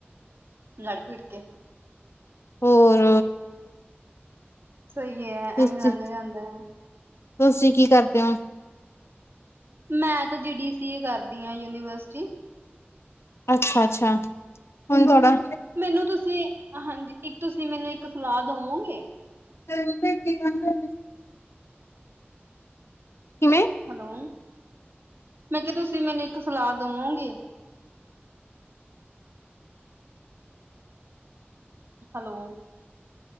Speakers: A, on the right; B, on the left.
A: ਲੜ ਪੀੜ ਕੇ
B: ਹੋਰ
A: ਸਹੀ ਹੈ
B: ਤੁਸੀਂ
A: ਇਹੀਂ ਲੰਘ ਜਾਂਦਾ ਹੈ
B: ਤੁਸੀਂ ਕੀ ਕਰਦੇ ਹੋ
A: ਮੈਂ ਤਾਂ ਜੀ ਡੀ ਸੀ ਏ ਕਰਦੀ ਹਾਂ ਯੂਨੀਵਰਸਿਟੀ
B: ਅੱਛਾ ਅੱਛਾ ਹੁਣ ਥੋੜਾ
A: ਮੈਨੂੰ ਤੁਸੀਂ ਹਾਂਜੀ ਇੱਕ ਤੁਸੀਂ ਮੈਨੂੰ ਇੱਕ ਸਲਾਹ ਦਵੋਗੇ
B: <unintelligible> ਕਿਵੇਂ
A: ਹੈਲੋ ਮੈਂ ਕਿਹਾ ਤੁਸੀਂ ਮੈਨੂੰ ਇੱਕ ਸਲਾਹ ਦੇਵੋਗੇ ਹੈਲੋ